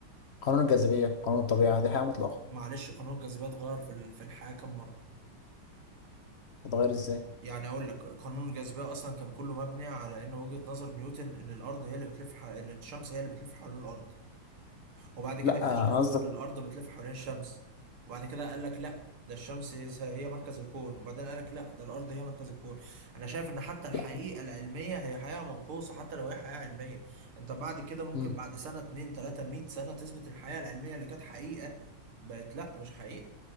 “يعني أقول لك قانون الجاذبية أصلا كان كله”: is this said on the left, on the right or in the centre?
Right